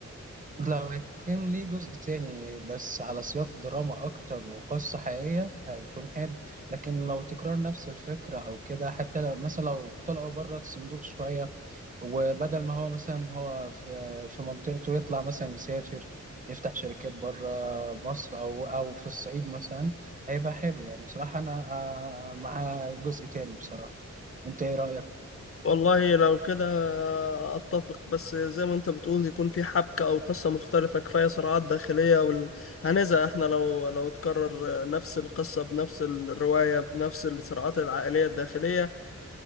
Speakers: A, on the right (about 30°); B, on the left (about 50°).
A: لو هيكون ليه جزء تاني بس على سياق دراما أكتر وقصة حقيقية هيكون حلو لكن لو تكرار نفس الفكرة أو كده حتى لو- مثلا لو طلعوا بره الصندوق شوية وبدل ما هو مثلا هو في في منطقته يطلع مثلا يسافر يفتح شركات بره مصر أو أو في الصعيد مثلا هيبقى حلو يعني بصراحة أنا آه، مع جزء تاني بصراحة انت ايه رأيك؟
B: والله لو كده اتفق بس زي ما انت بتقول يكون في حبكة او قصة مختلفة كفاية صراعات داخلية وال... هنزهق احنا لو لو تكرر نفس القصة بنفس الرواية بنفس الصراعات العائلية الداخلية